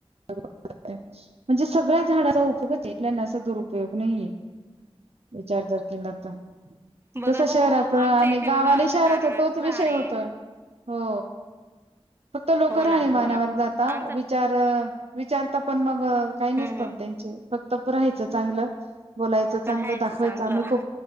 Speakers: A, on the right; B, on the right.
A: <unintelligible> म्हणजे सगळ्या झाडाचा उपयो <unintelligible> आपल्याना असा दुरुपयोग नही ये, विचार जर केला तर.
B: बघा
A: तस
B: हो
A: शहराचं
B: आमच्या
A: आणि
B: इथे
A: गावा
B: बघा
A: अणि शहराचा,
B: नारळाच
A: तोच
B: झाड
A: विषय
B: आहे
A: होतोय. हो फक्त लोकं
B: हो
A: राहणी
B: ना हो
A: मानावर
B: ना
A: जाता,
B: आमचा
A: विचार तर विचारत पण मग
B: हम्म
A: काही नसतात
B: हम्म
A: त्यांचे, फक्त राहायचं चांगलं. बोलायचं चांगलं,
B: राहायचं
A: दाखवायचं
B: चांगलं
A: आम्ही खूप,